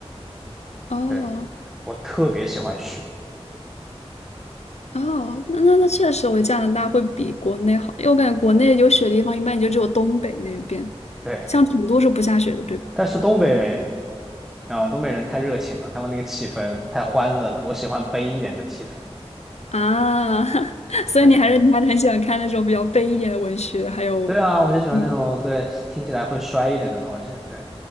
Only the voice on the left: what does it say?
哦，
哦，那那那确实，我觉得加拿大会比国内好，因为我感觉国内有雪的地方一般也就只有东北那边，
像成都是不下雪的，对吧？
啊，<laughs> 所以你还是你还是很喜欢看那种比较悲一点的文学，
还有，
嗯